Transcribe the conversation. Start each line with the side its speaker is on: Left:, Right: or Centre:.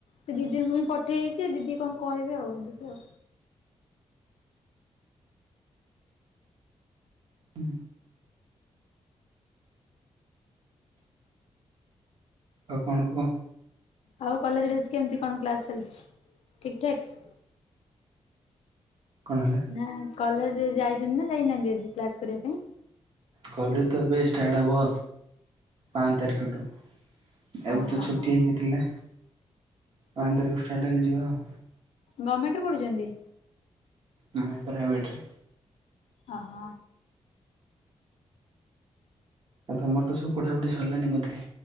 Left: ସେ ଦିଦିଙ୍କୁ ହିଁ ପଠେଇଛି ଦିଦି କଣ କହିବେ ଆଉ ଦେଖି ଆଉ।
Right: ହୁଁ। ଆଉ କଣ କୁହ?
Left: ଆଉ କଲେଜରେ ଆଜି କେମିତି କଣ କ୍ଲାସ ଚାଲିଛି ଠିକ ଠାକ୍?
Right: କଣ ହେଲା?
Left: ନା କଲେଜ ଯାଇଛନ୍ତି ନା ଯାଇନାହାନ୍ତି ଆଜି କ୍ଲାସ କରିବା ପାଇଁ?
Right: କଲେ ତ ଏବେ ଷ୍ଟାର୍ଟ ହବ ପାଞ୍ଚ ତାରିଖଠୁ। ଏବେ
Left: ଓହୋ
Right: ତ ଛୁଟି
Left: ହୋ।
Right: ହେଇକି ଥିଲା ପାଞ୍ଚ ତାରିଖ ଷ୍ଟାଟଡଲ ଯିବା ଆଉ।
Left: ଗଭର୍ଣ୍ଣମେଣ୍ଟରୁୁ ପଢୁଛନ୍ତି?
Right: ହଁ ପ୍ରାଇଭେଟ ରେ।
Left: ଅହ।
Right: ଆ ତମର ତ ସବୁ ପଠା ପଢି ସରିଲାନି ବୋଧେ?